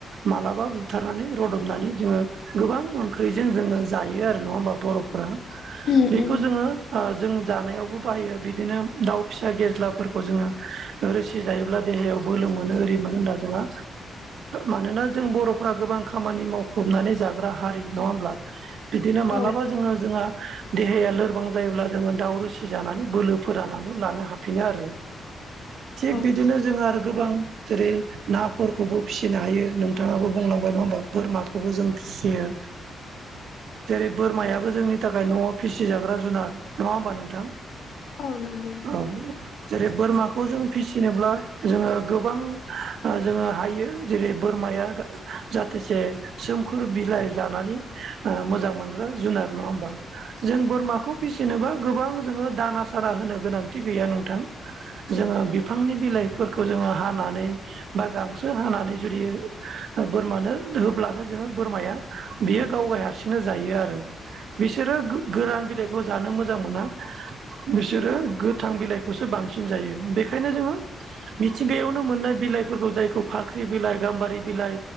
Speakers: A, on the right; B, on the left.
A: मालाबा बुथारनानै रदबनानै जोङो गोबां ओंख्रिजों जोङो जायो आरो नङा होमबा बर'फोरा
B: उम
A: बेखौ
B: उम
A: जोङो जों जानायावबो बाहायो बिदिनो दाउ फिसा गेज्लाफोरखौ जोङो रोसि जायोब्ला देहायाव बोलो मोनो ओरि मोनो होनना जोंहा मानोना जों बर' गोबां खामानि मावखुबनानै जाग्रा हारि नङा होमब्ला बिदिनो मालाबा
B: औ
A: जोङो जोंहा देहाया लोरबां जायोब्ला जोङो दााव रोसि जानानै बोलो फोराननानै लानो हाफिनो आरो थिग
B: औ
A: बिदिनो जोङो आरो गोबां जेरै नाफोरखौबो फिसिनो हायो नोंथाङाबो बुंलां बोरमाखौबो जों फिसियो जेरै बोरमाया जोंनि थाखाय न'आव फिसिजाग्रा जुनार नङा होमबा नोंथां
B: औ नंगौ
A: औ जेरै बोरमाखौ जों फिसिनोब्ला जोङो गोबां जोङो हायो जेरै बोरमाया जाथोसे सोमखोर बिलाइ जानानै मोजां मोनग्रा जुनार नङा होमबा जों बोरमाखौ फिसिनोबा गोबां जोङो दाना सारा होनो गोनांथि गैया नोंथां। जोङो बिफांनि बिलाइफोरखौ जोङो हानानै बा गांसो हानानै। जुदि ओ बोरमानो होब्लानो जोङो बोरमाया बेयो गाव गाय हारसिंनो जायो आरो। बिसोरो गोरान बिलाइखौ जानो मोजां मोना। बिसोरो गोथां बिलाइखौसो बांसिन जायो बेखायनो जोङो मिथिंगायावनो मोननाय बिलाइ फोरखौ जायखौ फाख्रि बिलाइ। गाम्बारि बिलाइ